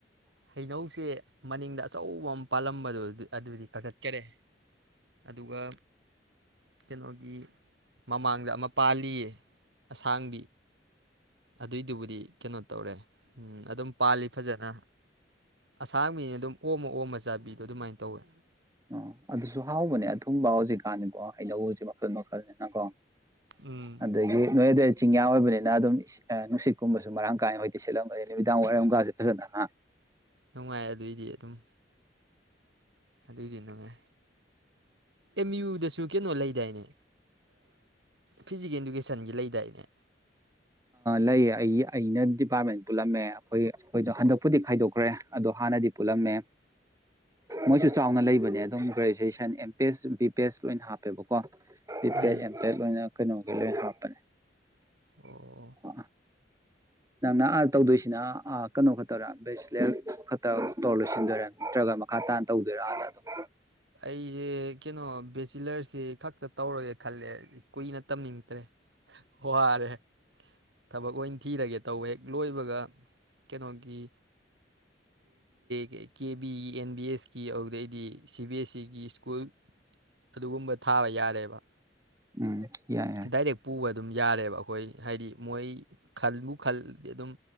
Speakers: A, on the right; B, on the right.
A: ꯍꯩꯅꯧꯁꯦ ꯃꯅꯤꯡꯗ ꯑꯆꯧꯕ ꯑꯃ ꯄꯥꯜꯂꯝꯕꯗꯣ ꯑꯗꯨꯗꯤ ꯀꯥꯈꯠꯈꯔꯦ ꯑꯗꯨꯒ ꯀꯩꯅꯣꯒꯤ ꯃꯃꯥꯡꯗ ꯑꯃ ꯄꯥꯜꯂꯤꯌꯦ ꯑꯁꯥꯡꯕꯤ ꯑꯗꯨꯏꯗꯨꯕꯨꯗꯤ ꯀꯩꯅꯣ ꯇꯧꯔꯦ ꯎꯝ ꯑꯗꯨꯝ ꯄꯥꯜꯂꯤ ꯐꯖꯅ ꯑꯁꯥꯡꯕꯤꯅꯦ ꯑꯗꯨꯝ ꯑꯣꯝꯃ ꯑꯣꯝꯃ ꯆꯥꯕꯤꯗꯣ ꯑꯗꯨꯃꯥꯏꯅ ꯇꯧꯋꯦ
B: ꯑꯣ ꯑꯗꯨꯁꯨ ꯍꯥꯎꯕꯅꯦ ꯑꯊꯨꯝꯕ ꯍꯧꯖꯤꯛꯀꯥꯟꯗꯤꯀꯣ ꯍꯩꯅꯧꯁꯦ ꯃꯈꯜ ꯃꯈꯜꯅꯤꯅꯀꯣ
A: ꯎꯝ
B: ꯑꯗꯨꯗꯒꯤ ꯅꯣꯏꯗ ꯆꯤꯡꯌꯥ ꯑꯣꯏꯕꯅꯤꯅ ꯑꯗꯨꯝ ꯅꯨꯡꯁꯤꯠꯀꯨꯝꯕꯁꯨ ꯃꯔꯥꯡ ꯀꯥꯏꯅ ꯍꯖꯤꯗꯤ ꯁꯦꯠꯂꯝꯒꯅꯤ ꯅꯨꯃꯤꯗꯥꯡ ꯋꯥꯏꯔꯝꯀꯥꯁꯦ ꯐꯖꯅ ꯉꯍ
A: ꯅꯨꯡꯉꯥꯏ ꯑꯗꯨꯑꯣꯏꯗꯤ ꯑꯗꯨꯝ ꯑꯗꯨꯏꯒꯤ ꯅꯨꯡꯉꯥꯏ ꯑꯦꯝ ꯌꯨꯗꯁꯨ ꯀꯩꯅꯣ ꯂꯩꯗꯥꯏꯅꯦ ꯐꯤꯖꯤꯀꯦꯜ ꯏꯗꯨꯀꯦꯁꯟꯒꯤ ꯂꯩꯗꯥꯏꯅꯦ
B: ꯂꯩꯌꯦ ꯑꯩ ꯑꯩꯅ ꯗꯤꯄꯥꯔꯠꯃꯦꯟ ꯄꯨꯜꯂꯝꯃꯦ ꯑꯩꯈꯣꯏ ꯑꯩꯈꯣꯏꯗꯣ ꯍꯟꯗꯛꯄꯨꯗꯤ ꯈꯥꯏꯗꯣꯛꯈ꯭ꯔꯦ ꯑꯗꯣ ꯍꯥꯟꯅꯗꯤ ꯄꯨꯜꯂꯝꯃꯦ ꯃꯣꯏꯁꯨ ꯆꯥꯎꯅ ꯂꯩꯕꯅꯦ ꯑꯗꯨꯝ graduation M P S B P S ꯂꯣꯏꯅ ꯍꯥꯞꯄꯦꯕꯀꯣ ꯦ
A: ꯎꯝ
B: ꯑꯣꯏꯅ ꯀꯩꯅꯣ ꯂ ꯍꯥ ꯐꯔꯦ
A: ꯑꯣ
B: ꯀ ꯅꯪꯅ ꯑꯥ ꯇꯧꯗꯣꯏꯁꯤꯅ ꯀꯩꯅꯣ ꯈꯛꯇꯧꯔꯥ ꯕꯦꯁꯤꯂꯔ ꯈꯛꯇ ꯇꯧꯔ ꯂꯣꯏꯁꯤꯟꯗꯣꯏꯔꯥ ꯅꯠꯇ꯭ꯔꯒ ꯃꯈꯥ ꯇꯥꯅ ꯇꯧꯗꯣꯏꯔꯥ ꯑꯥꯗ ꯑꯗꯨꯝ
A: ꯑꯩꯁꯦ ꯀꯩꯅꯣ ꯕꯦꯆꯤꯂꯔꯁꯤ ꯈꯛꯇ ꯇꯧꯔꯒꯦ ꯈꯜꯂꯦ ꯀꯨꯏꯅ ꯇꯝꯅꯤꯡꯗ꯭ꯔꯦ ꯋꯥꯔꯦ ꯊꯕꯛ ꯂꯣꯏ ꯊꯤꯔꯒꯦ ꯇꯧꯋ ꯍꯦꯛ ꯂꯣꯏꯕꯒ ꯀꯩꯅꯣꯒꯤ ꯀꯒꯤ ꯕꯤ ꯑꯦꯟ ꯕꯤ ꯑꯦꯁ ꯀꯤ ꯍꯧꯧꯗ꯭ꯔꯦ ꯑꯩ ꯒꯤ ꯁꯤ ꯕꯤ ꯑꯦꯁ ꯏꯒꯤ ꯁ꯭ꯀꯨꯜ ꯑꯗꯨꯒꯨꯝꯕ ꯊꯥꯕ ꯌꯥꯔꯦꯕ
B: ꯎꯝ ꯌꯥꯏ ꯌꯥꯏ
A: ꯗꯥꯏꯔꯦꯛ ꯄꯨꯕꯗ ꯑꯗꯨꯝ ꯌꯥꯔꯦꯕ ꯑꯩꯈꯣꯏ ꯍꯥꯏꯗꯤ ꯃꯣꯏ ꯈꯟꯕꯨ ꯈꯜꯗꯤ ꯑꯗꯨꯝ